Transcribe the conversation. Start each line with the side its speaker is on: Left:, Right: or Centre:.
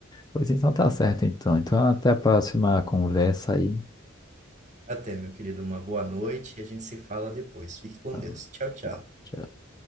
Left: Pois então tá certo, então. Então até a próxima conversa aí.
Right: Até, meu querido, uma boa noite e a gente se fala depois. Fique com
Left: Tá,
Right: Deus. Tchau, tchau.
Left: tá. Tchau.